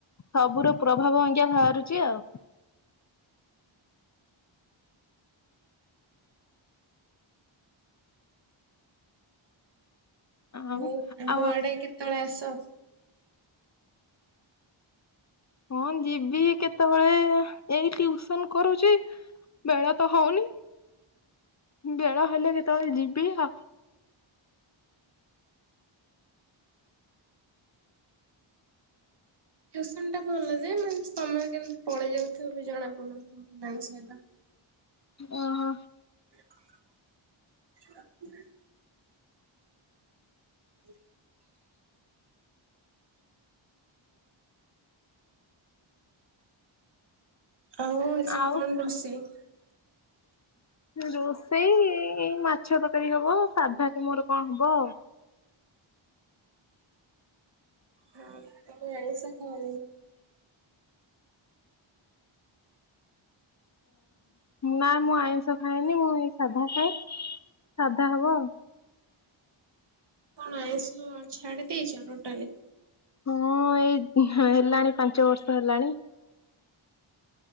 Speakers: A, on the left (about 35°); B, on the right (about 55°).
A: ସବୁର ପ୍ରଭାବ ଆଜ୍ଞା ବାହାରୁଛି ଆଉ। ଆଉ
B: ମୁଁ ଆ
A: ଆଉ
B: ମୋ ଆଡେ କେତଳେ ଆସ।
A: ହଁ ଯିବି କେତେବେଳେ ଏଇ ଟ୍ୟୁସନ କରୁଛି। ବେଳ ତ ହଉନି ବେଳ ହେଲେ କେତେବେଳେ ଯିବି ଆ
B: ଟୁସନ ଟା ଭଲ ଯେ ମାନେ ସମୟ କେମିତି ପଳେଇ ଯାଉଥିବ ବି ଜଣା ପଡୁନଥିବ ପିଲାଙ୍କ ସହିତ
A: ଓହୋ।
B: <unintelligible> <unintelligible> ଆଉ ଆଜି
A: ଆଉ
B: କ'ଣ ରୋଷେଇ।
A: ରୋଷେଇ ଏଇ ମାଛ ତରକାରୀ ହବ ସାଧା ମୋର ବି କ'ଣ ହବ ଆଉ।
B: ହଁ ତ ଏଇସା ଖନି।
A: ନାଁ ମୁଁ ଆଇଁଷ ଖାଏନି ମୁଁ ଏଇ ସାଧା ଖାଏ ସାଧା ହବ ଆଉ।
B: କ'ଣ ଆଇଁଷ ଛାଡି ଦେଇଛ ଟୋଟାଲି।
A: ହଁ ଏଇ ହେଲାଣି ପାଞ୍ଚ ବର୍ଷ ହେଲାଣି।